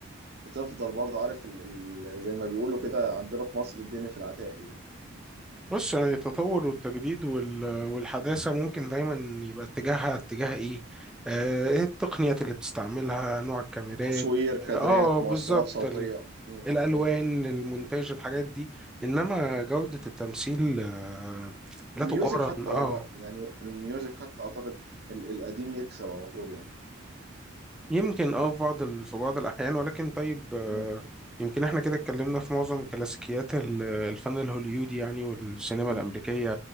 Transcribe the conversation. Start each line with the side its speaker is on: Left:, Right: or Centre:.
Right: بتفضل برضه عارف ال... ال... زي ما بيقولوا كده عندنا في مصر الدنيا في العتاق يعني
Centre: بص يعني التطور والتجديد وال... والحداثه ممكن دايما يبقى اتجاهها اتجاه ايه آه، ايه التقنيات اللي بتستعملها نوع الكاميرات
Right: مم. تصوير تصوير كادرات
Centre: اه بالظبط
Right: مؤثرات صوتية
Centre: ال...
Right: م-
Centre: الالوان
Right: م-
Centre: المونتاج الحاجات دي انما
Right: م.
Centre: جوده التمثيل آه،
Right: والميوزك
Centre: لا تقارن
Right: حتى
Centre: اه
Right: والله يعني الميوزك حتى أعتقد ال... القديم يكسب على طول يعني
Centre: يمكن اه في بعض ال... في بعض الأحيان ولكن طيب آه،
Right: م-
Centre: يمكن احنا كده اتكلمنا في معظم كلاسيكيات ال- الفن الهوليودي يعني والسينما
Right: م-
Centre: الأمريكية